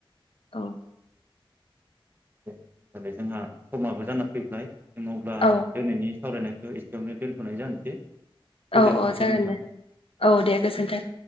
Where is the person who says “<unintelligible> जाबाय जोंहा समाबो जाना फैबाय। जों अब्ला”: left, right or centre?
Right